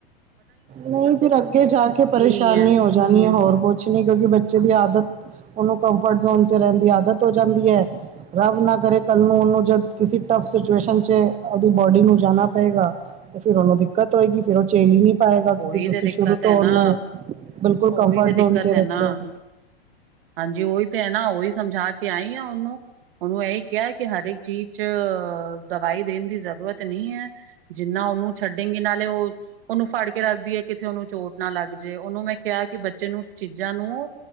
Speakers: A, on the right (about 20°); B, on the right (about 60°).
A: ਨਹੀਂ ਫਿਰ ਅੱਗੇ ਜਾ ਕੇ ਪਰੇਸ਼ਾਨੀ
B: ਨਹੀਂ ਹੈ
A: ਹੋ ਜਾਣੀ ਹੈ, ਹੋਰ ਕੁਛ ਨਹੀਂ ਕਿਉਂਕਿ ਬੱਚੇ ਦੀ ਆਦਤ ਉਹਨੂੰ ਕੰਫਰਟ ਜ਼ੋਨ ਚ ਰਹਿਣ ਦੀ ਆਦਤ ਹੋ ਜਾਂਦੀ ਹੈ। ਰੱਬ ਨਾ ਕਰੇ ਕੱਲ ਨੂੰ ਉਹਨੂੰ ਜਦ ਕਿਸੇ ਟਫ ਸਿਚੁਏਸ਼ਨ ਚ ਉਹਦੀ ਬੋਡੀ ਨੂੰ ਜਾਣਾ ਪਏਗਾ। ਤੇ ਫੇਰ ਉਹਨੂੰ ਦਿੱਕਤ ਹੋਏਗੀ, ਫੇਰ ਉਹ ਝੇਲੀ ਨੀ ਪਏਗਾ ਕਿਉਂਕਿ
B: ਉਹੀ
A: ਤੁਸੀਂ
B: ਤੇ ਦਿੱਕਤ
A: ਸ਼ੁਰੂ ਤੋਂ
B: ਹੈ ਨਾ
A: ਉਹਨੂੰ ਬਿਲਕੁਲ ਕੰਫਰਟ
B: ਉਹੀ ਤੇ
A: ਜੋਨ
B: ਦਿੱਕਤ
A: ਚ ਰੱਖਿਆ
B: ਨਾ
A: ਹੈ।
B: ਹਾਂਜੀ ਉਹੀ ਤੇ ਹੈ ਨਾ ਉਹੀ ਸਮਝਾ ਕੇ ਆਈ ਆ ਉਹਨੂੰ। ਉਹਨੂੰ ਇਹੀ ਕਿਹਾ ਕਿ ਹਰੇਕ ਚੀਜ਼ ਚ ਦਵਾਈ ਦੇਣ ਦੀ ਜ਼ਰੂਰਤ ਨਹੀਂ ਹੈ, ਜਿੰਨਾ ਉਹਨੂੰ ਛੱਡੇਗੀ ਨਾਲੇ ਉਹ ਉਹਨੂੰ ਫੜ ਕੇ ਰੱਖਦੀ ਹੈ ਕਿਤੇ ਉਹਨੂੰ ਚੋਟ ਨਾ ਲੱਗ ਜੇ, ਉਹਨੂੰ ਮੈਂ ਕਿਹਾ ਕਿ ਬੱਚੇ ਨੂੰ ਚੀਜ਼ਾਂ ਨੂੰ